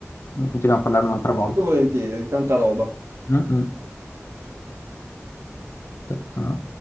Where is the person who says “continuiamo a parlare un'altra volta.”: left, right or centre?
Left